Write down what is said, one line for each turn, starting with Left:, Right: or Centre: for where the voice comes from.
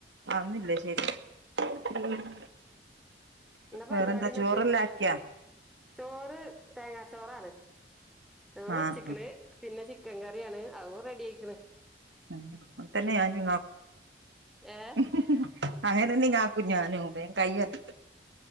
Right: അവൊന്നില്ല ശരിയാ ഉം
Centre: എന്താ പരിപാടി
Right: വേറെന്താ
Centre: എന്നിട്ട്
Right: ചോറെല്ലാക്കിയോ
Centre: ചോറ് തേങ്ങാ ചോറാണ് ചോറ്
Right: ആഹ്
Centre: വെച്ച്ക്ക്ണ് പിന്നെ ചിക്കൻ കറിയാണ് അവു റെഡിയായിക്ക്ണ്
Right: ഉം അങ്ങത്തന്നെ ഞാന്
Centre: ഏ
Right: <unintelligible> അങ്ങനെ തന്നെ ഇങ്ങാക്കും ഞാനും വേം കയ്യത്